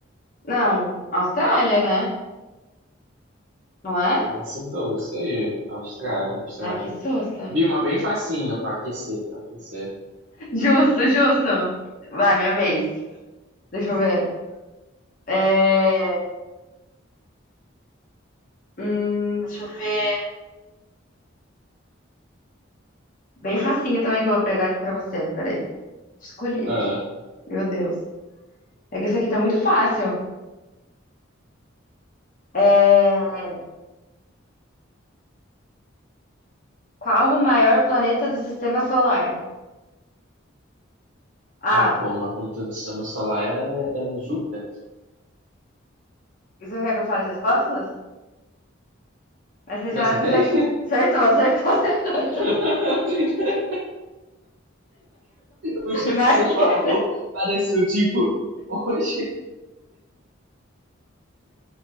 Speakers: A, on the left (about 40°); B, on the right (about 60°).
A: Não, Austrália, né? Não é?
B: Ah, acertou, isso aí. Austrália, Austrália.
A: Ai, que susto.
B: Vi uma bem facinha pra aquecer, pra aquecer.
A: Justo, justo. Vai, minha vez. Deixa eu ver. É... Hum, deixa eu ver. Bem facinho também que eu vou pegar aqui pra você. Peraí. Escolhi aqui.
B: Ah,
A: Meu Deus. É que essa aqui tá muito fácil. É, Qual o maior planeta do sistema solar? Ah,
B: ah pô, mas quando todo sistema solar é, é Júpiter.
A: você não quer que eu fale as respostas? Mas você
B: Não
A: já,
B: acertei?
A: você já acertou, <laughs> acertou, acertou. Ju.
B: <laughs> O jeito
A: Vai
B: que você falou
A: que é
B: pareceu tipo, hoje.